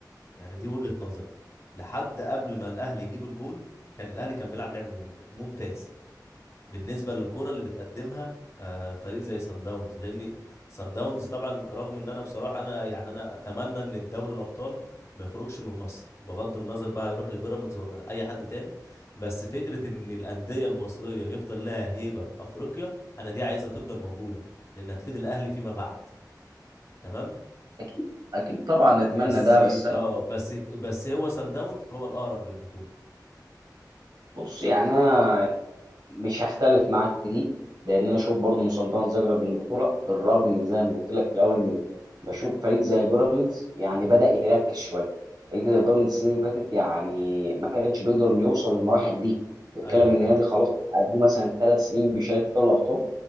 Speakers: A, on the left; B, on the right.
A: يعني دي وجهة نظري لحد قبل ما الأهلي يجيب الجون كان الأهلي كان بيلعب لعب ممت- ممتاز بالنسبه للكره اللي بتقدمها آه، فريق زي سان داونز لان سان داونز طبعا رغم ان انا بصراحه انا يعني انا اتمنى ان الدوري الابطال ما يخرجش من مصر بغض النظر بقى هيروح لبيراميدز ولا لاي حد تاني بس فكره ان الانديه المصريه يفضل لها هيبه في افريقيا انا دي عايزها تفضل موجوده لان هتفيد الاهلي فيما بعد تمام
B: اكيد اكيد طبعا نتمنى
A: بس
B: ده بس انا
A: اه بس بس هو سان داونز هو الاقرب للبطوله
B: بص يعني انا مش هختلف معاك في دي لان انا اشوف برضه ان سلطنه زغرب للبطوله بالرغم من زي ما قلت لك في الاول ان بشوف فريق زي بيراميدز يعني بدا يركز شويه فريق زي بيراميدز السنه اللي فاتت يعني ما كانش بيقدر انه يوصل للمراحل دي بتتكلم
A: ايوه فعلا
B: ان النادي خلاص قديم مثلا ثلاث سنين بيشارك في دوري الابطال